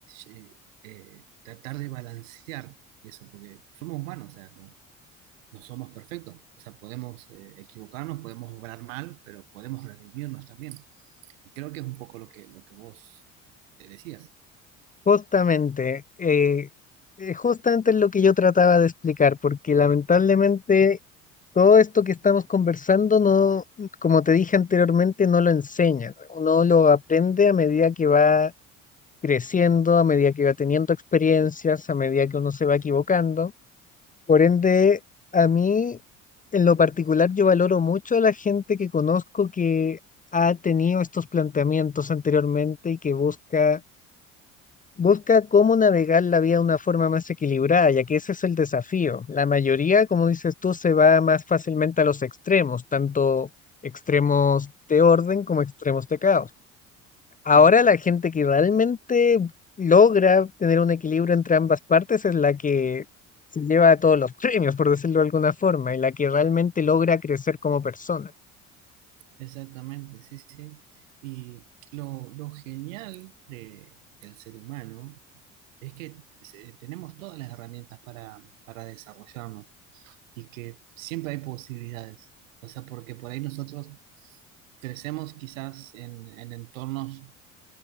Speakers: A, on the right (about 75°); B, on the left (about 20°).
A: eh, eh, tratar de balancear eso, porque somos humanos, o sea, no, no somos perfectos. O sea, podemos eh, equivocarnos, podemos obrar mal, pero podemos redimirnos también. Y creo que es un poco lo que, lo que vos eh, decías.
B: Justamente, eh, eh, justamente es lo que yo trataba de explicar, porque lamentablemente todo esto que estamos conversando no, como te dije anteriormente, no lo enseñan. Uno lo aprende a medida que va creciendo, a medida que va teniendo experiencias, a medida que uno se va equivocando. Por ende, a mí, en lo particular, yo valoro mucho a la gente que conozco que ha tenido estos planteamientos anteriormente y que busca Busca cómo navegar la vida de una forma más equilibrada, ya que ese es el desafío. La mayoría, como dices tú, se va más fácilmente a los extremos, tanto extremos de orden como extremos de caos. Ahora
A: Sí,
B: la gente que realmente logra tener un equilibrio entre ambas partes es la que se lleva todos los premios, por decirlo de alguna forma, y la que realmente logra crecer como persona.
A: exactamente, sí, sí. Y lo, lo genial de, del ser humano es que se- tenemos todas las herramientas para, para desarrollarnos y que siempre hay posibilidades. O sea, porque por ahí nosotros crecemos quizás en, en entornos